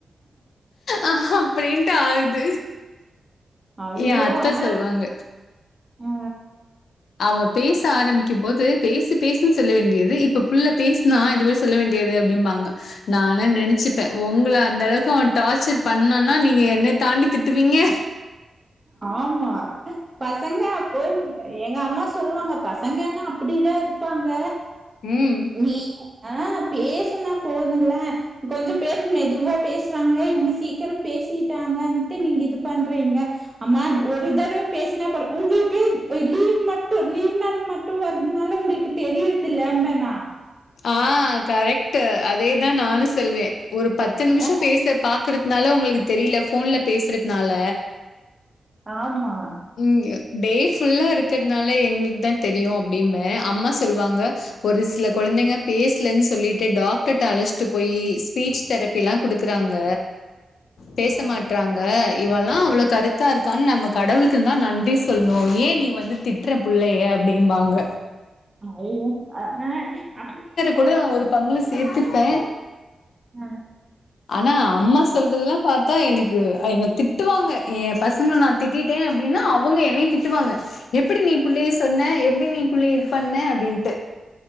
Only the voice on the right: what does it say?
ஐயோ
ஆன
அ
ஆம்மா பசங்க அப் போய் எங்க அம்மா சொல்வாங்க பசங்கேனா அப்டிதா இருப்பாங்க
நீ ஆ பேசனா போதுல்ல கொஞ்ச பேர் மெதுவா பேசுறாங்களே இவங்க சீக்கிர பேசிட்டாங்கன்ட்டு நீங்க இது பண்றீங்க ஆம்மா ஒரு தடவ பேசனா போரு உங்குளுக்கே ஒ லீவ் மட்டு லீவ் நாள் மட் ட்டு வருதுனால உங்குளுக்கு தெரியறதில்ல <unintelligible>
ஆ
ஆம்மா
ஆ.
அ அய்யய்யோ அ ஆ
ம்